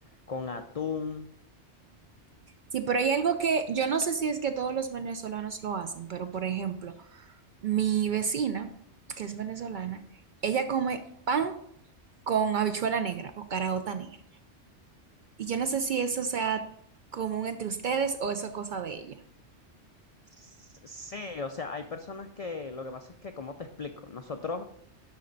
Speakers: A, on the left; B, on the right.
A: con atún.
B: Sí, pero hay algo que yo no sé si es que todos los venezolanos lo hacen, pero por ejemplo, mi vecina, que es venezolana, ella come pan con habichuela negra o caraota negra. Y yo no sé si eso sea común entre ustedes o eso es cosa de ella.
A: S- Sí, o sea, hay personas que, lo que pasa es que, ¿cómo te explico? Nosotros